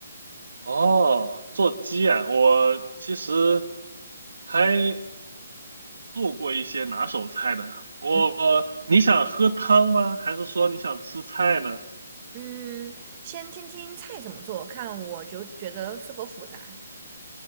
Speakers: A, on the right (about 80°); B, on the right (about 30°).
A: 哦，做鸡啊，我其实还做过一些拿手菜的。我，
B: 嗯。
A: 你想喝汤吗？还是说你想吃菜呢？
B: 嗯，先听听菜怎么做，看我就觉得是否复杂。